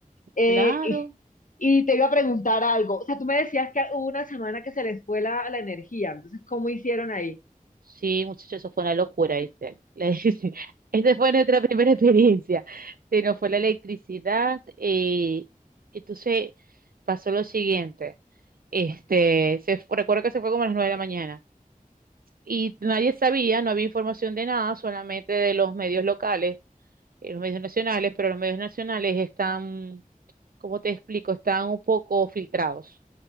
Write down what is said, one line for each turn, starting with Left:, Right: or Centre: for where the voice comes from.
Left: Eh,
Right: claro,
Left: y, y te iba a preguntar algo. O sea, tú me decías que hubo una semana que se les fue la, la energía, entonces, ¿cómo hicieron ahí?
Right: sí, muchachos, eso fue una locura, ¿viste? <laughs> La- Esta fue nuestra <laughs> primera experiencia. Se nos fue la electricidad. eh, entonces pasó lo siguiente. Este, se, fu- recuerdo que se fue como a las nueve de la mañana y nadie sabía, no había información de nada, solamente de los medios locales, eh, los medios nacionales, pero los medios nacionales están, ¿cómo te explico? Están un poco filtrados,